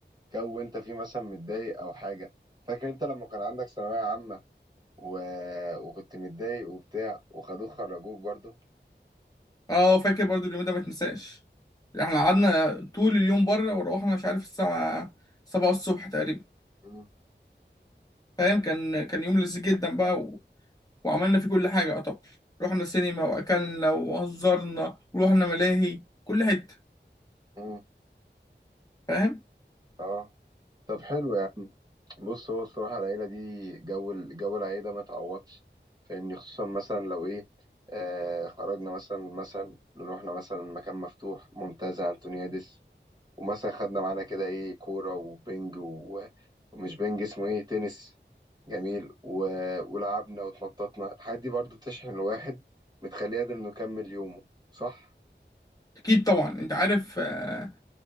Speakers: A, on the right; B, on the left.
A: جو انت فيه مثلا متضايق او حاجه فاكر انت لما كان عندك ثانويه عامه و... وكنت متضايق وبتاع وخدوك خرجوك برضو
B: اه فاكر برضو اليوم ده ما تنساش احنا قعدنا طول اليوم بره وروحنا مش عارف الساعة سبعة الصبح تقريبا
A: مم.
B: فاهم كان كان يوم لذيذ جدا بقى وعملنا فيه كل حاجة طبعا رحنا سينما وأكلنا وهزرنا ورحنا ملاهي كل حتة
A: مم.
B: فاهم
A: اه طب حلو يا عم بص هو الصراحه العيله دي جو ال- جو العيله ده ما تعوضش فاهمني خصوصا مثلا لو ايه آه خرجنا مثلا مثلا رحنا مثلا مكان مفتوح منتزه انتونيادس ومثلا خدنا معانا كده ايه كورة وبنج و... ومش بنج اسمه ايه تنس جميل و... ولعبنا واتنططنا الحاجات دي برضو بتشحن الواحد بتخليه قادر انه يكمل يومه صح؟
B: أكيد طبعا أنت عارف آه،